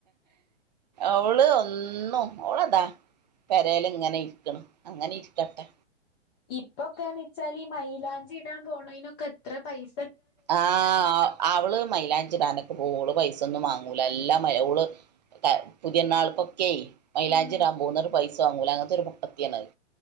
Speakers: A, on the right (about 40°); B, on the left (about 20°).
A: അവള് ഒന്നും മോളതാ പെരേല് ഇങ്ങനെ ഇരിക്കണം അങ്ങനെ ഇരിക്കട്ടെ
B: ഇപ്പൊക്കെയന്ന് വെച്ചാല് മൈയിലാഞ്ചി ഇടാൻ പോണതിനൊക്കെ എത്ര പൈസ്
A: ആ അവള് മൈലാഞ്ചിടാനൊക്കെ പോള് പൈസ സൊന്നും വാങ്ങൂല എല്ല മരകള് ഓള് പുതിയണാൾക്ക മൈലാഞ്ചി
B: ഉം
A: ഇടാൻ പോകും പൈസ വാങ്ങൂല അങ്ങനത്തെ ഒരു പൊട്ടത്തിയാണത്